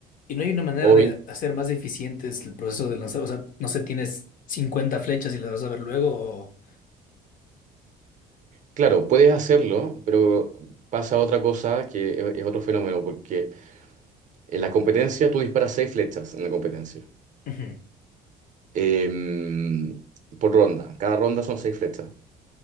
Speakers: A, on the left (about 55°); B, on the right (about 50°).
A: Y no hay una manera
B: Hoy,
A: de hacer más eficiente el proceso de lanzar. O sea, no sé, tienes 50 flechas y las vas a ver luego o...
B: claro, puedes hacerlo, pero pasa otra cosa que es, es otro fenómeno, porque en la competencia tú disparas seis flechas en la competencia,
A: Ujú.
B: Em, por ronda, cada ronda son seis flechas.